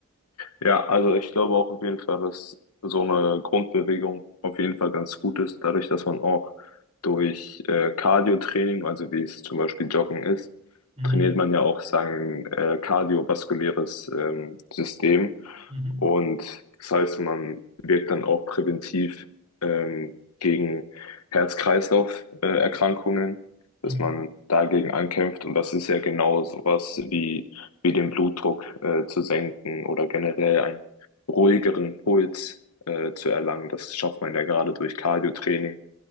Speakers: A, on the left (about 85°); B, on the right (about 30°).
A: Ja, also ich glaube auch auf jeden Fall, dass so eine Grundbewegung auf jeden Fall ganz gut ist, dadurch, dass man auch durch äh, Cardio-Training, also wie es zum Beispiel Joggen ist,
B: Mhm.
A: trainiert man ja auch sein äh, kardiovaskuläres ähm, System.
B: Mhm.
A: Und das heißt, man wirkt dann auch präventiv ähm, gegen Herz-Kreislauf-Erkrankungen, dass
B: Mhm.
A: man dagegen ankämpft. Und das ist ja genau sowas wie wie den Blutdruck äh, zu senken oder generell einen ruhigeren Puls äh, zu erlangen. Das schafft man ja gerade durch Cardio-Training.